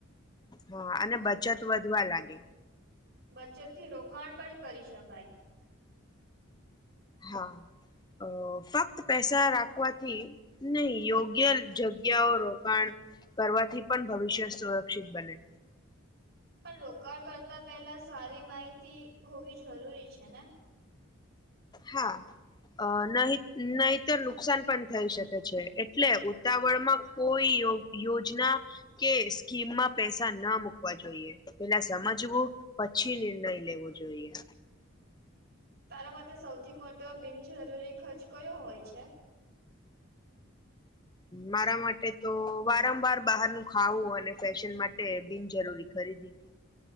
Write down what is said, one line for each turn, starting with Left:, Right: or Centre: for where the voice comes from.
Left: હા અને બચત વધવા લાગે.
Right: બચત થી રોકાણ પણ કરી શકાય.
Left: હા અ ફક્ત પૈસા રાખવાથી નહી યોગ્ય જગ્યાઓ રોકણ કરવાથી પણ ભવિષ્ય સુરક્ષિત બને.
Right: પણ રોકાણ કરતા પેલા સારી માહિતી હોવી જરૂરી છે ને.
Left: હા. અ નહી નહીતર નુકસાન પણ થઈ શકે છે એટલે ઉતાવળ માં કોઈ યોગ યોજના કે સ્કીમમાં પૈસા ના મુૂકવા જોઈએ પેલા સમજવું પછી નિર્ણય લેવો જોઈએ.
Right: તારા માટે સૌથી મોટો બિનજરૂરી ખર્ચ કયો હોય છે. <unintelligible>
Left: મારા માટે તો વારંવાર બહારનું ખાવું અને ફેશન માટે બિનજરૂરી ખરીદી